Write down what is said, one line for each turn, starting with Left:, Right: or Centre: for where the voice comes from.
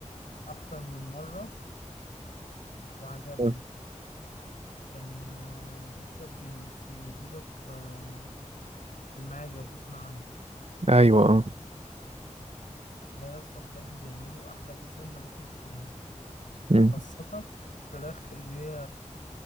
Left: اكتر من مره وعجبني
Right: مم.
Left: كان آه، بيتزا بريميوس موجوده في آه، في المعادي لو تسمع عنها
Right: أيوة اه
Left: ده يا اسطى بجد بيعملوا احلى بيتزا انت ممكن تاكلها
Right: مم.
Left: خاصه فراخ اللي هي